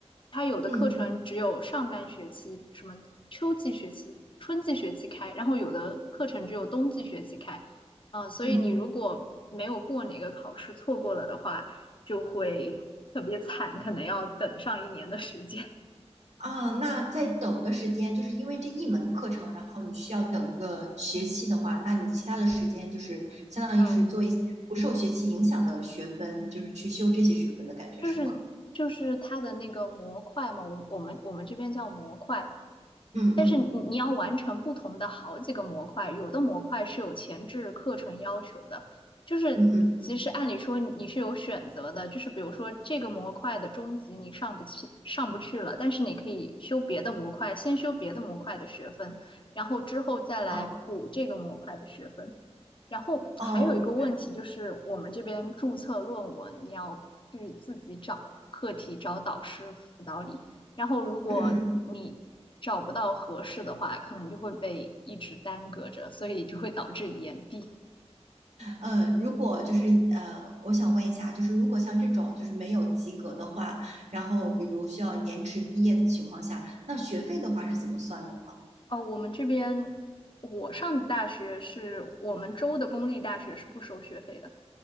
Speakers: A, on the left; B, on the right.
A: 它有的课程只有上半学期、
B: 嗯
A: 什么秋季学期、春季学期开，然后有的课程只有冬季学期开。嗯，所以你如果没有过哪个考试，
B: 嗯
A: 错过了的话，就会特别惨，可能要等上一年的时间。
B: 啊，那在等的时间，就是因为这一门课程，然后你需要等一个学期的话，那你其他的时间就是相当于是做一些不受学期影响的学分，
A: <laughs> 嗯，
B: 就是去修这些学分的感觉是吗？
A: 就是就是它的那个模块嘛，我我们我们这边叫模块，
B: 嗯嗯
A: 但是你你要完成不同的好几个模块，有的模块是有前置课程要求的，就是其实按理说你是有选择的，
B: 嗯嗯，
A: 就是比如说这个模块的中级你上不去上不去了，但是你可以修别的模块，先修别的模块的学分，然后之后再来补这个模块的学分。
B: 哦
A: 然后还有一个问题就是，
B: 哦，明白了。
A: 我们这边注册论文你要去自己找课题、找导师辅导你。然后如果你找不到合适的话，
B: 嗯嗯
A: 可能就会被一直耽搁着，所以就会导致延毕。
B: 呃，如果就是呃，我想问一下，就是如果像这种就是没有及格的话，然后比如需要延迟毕业的情况下，那学费的话是怎么算的呢？
A: 哦，我们这边我上的大学是我们州的公立大学是不收学费的。